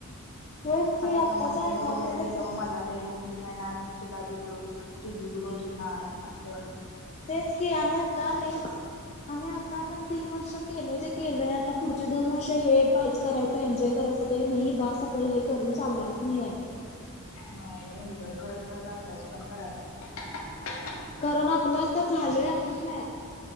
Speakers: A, on the left; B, on the left.
A: होयच की
B: आस
A: आत्ताचा
B: समज मी
A: एन्व्हायरमेंटच
B: पुण्याला गेलो मला लई माहिती मिळणार मी तुला दिल ग्रोथ तुझी ग्रोथ होणार आस
A: तेच की आणि आता नाहीच आणि आता आपण तीन वर्ष केलोय ते केलय आता पुढचे दोन वर्ष हे पा करायचं एन्जॉय करायच ते नाही बस आपल्याला हे करून चालणारच नाही आता
B: नाही एन्जॉय करत खरत अभ्यास पण करायला पाहिजे
A: कारण आपलं आ तर झालय आपण नाही